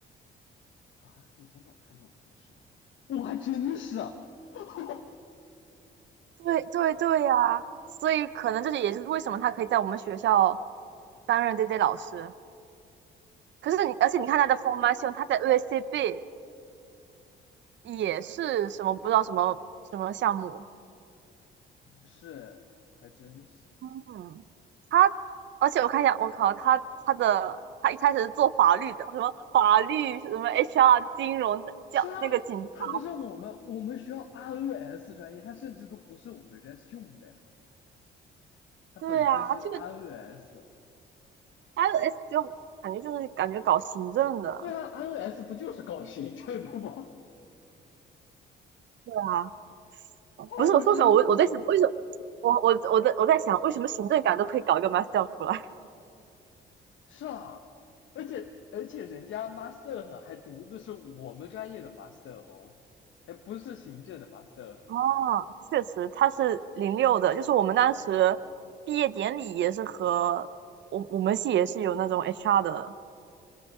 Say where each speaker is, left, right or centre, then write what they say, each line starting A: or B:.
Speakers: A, on the left; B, on the right.
A: 啊，你从哪儿看到博士？我还真是，<laughs>
B: 对对对呀、所以可能这就也就是为什么他可以在我们学校担任 DJ 老师。可是你，而且你看他的 formation，他在 u s c b 也是什么不知道什么什么项目，
A: 是，还真是。
B: 嗯，他，而且我看一下，我靠，他他的他一开始是做法律的，什么法律什么 HR 金融的，
A: 是啊，
B: 叫那个警察。
A: 他不是我们我们学校 ROS 专业，他甚至都不是我们 RES 用的呀，他本科是
B: 对啊，这个
A: ROS 的。
B: LS 就感觉就是感觉搞行政的。
A: 对啊，ROS 不就是搞行政的吗？
B: 对啊，
A: 好神奇。
B: 不是我说实话，我我在想为什么我我我在我在想为什么行政岗都可以搞一个 master 出来。
A: 是啊，而且而且人家 master 还读的是我们专业的 master 哦，还不是行政的 master。
B: <laughs> 哦，确实，他是零六的，就是我们当时毕业典礼也是和我我们系也是有那种 HR 的